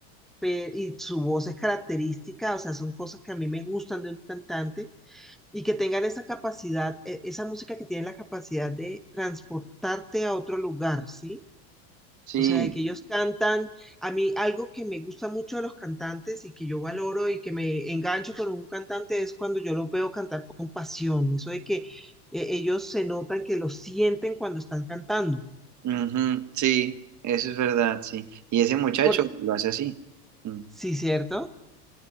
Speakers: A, in the centre; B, on the right.
A: pe- y su voz es característica, o sea, son cosas que a mí me gustan de un cantante y que tengan esa capacidad, e- esa música que tiene la capacidad de transportarte a otro lugar, ¿sí?
B: sí,
A: O sea, de que ellos cantan, a mí algo que me gusta mucho de los cantantes y que yo valoro y que me engancho con un cantante es cuando yo los veo cantar con pasión, eso de que eh, ellos se notan que lo sienten cuando están cantando,
B: ujú, sí, eso es verdad, sí. Y ese muchacho
A: porque
B: lo hace así. Mm.
A: sí, ¿cierto?